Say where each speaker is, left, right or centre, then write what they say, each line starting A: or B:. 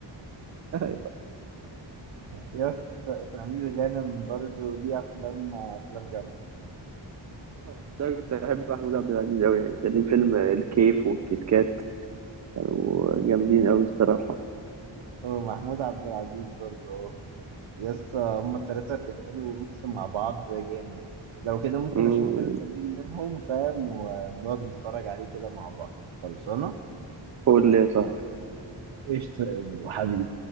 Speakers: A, on the right (about 35°); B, on the right (about 70°).
A: أيوة.
B: يا اسطى س- سمير غانم برضو ليه افلام افلام جامده
A: بس أنا كنت بحب محمود عبد العزيز أوي يعني كان ليه فيلم الكيف والكيت كات كانوا جامدين أوي الصراحة
B: ومحمود عبد العزيز برضو يس هما التلاتة بيعملوا ميكس مع بعض جامد لو كده ممكن
A: أمم،
B: أشوف فيلم قديم منهم فاهم ونقعد نتفرج عليه كده مع بعض خلصانة
A: قول لي يا صاحبي
B: قشطة يا برو حبيبي